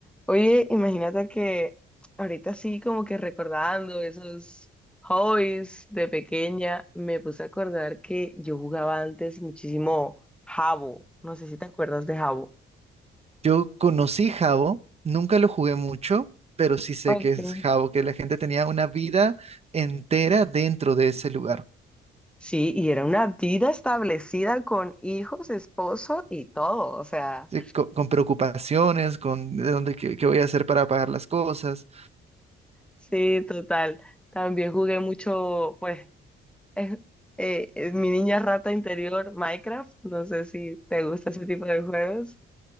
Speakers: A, in the centre; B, on the right (about 30°).
A: Oye, imagínate que ahorita sí, como que recordando esos hobbies de pequeña, me puse a acordar que yo jugaba antes muchísimo jabo. No sé si te acuerdas de jabo.
B: Yo conocí Jabo, nunca lo jugué mucho, pero sí sé
A: Okay.
B: que es Jabo, que la gente tenía una vida entera dentro de ese lugar,
A: Sí, y era una vida establecida con hijos, esposo y todo. O sea,
B: sí, co- con, preocupaciones, con de dónde, qué, qué voy a hacer para pagar las cosas.
A: sí, total. También jugué mucho, pues, es- eh, es mi niña rata interior, Minecraft. No sé si te gusta ese tipo de juegos.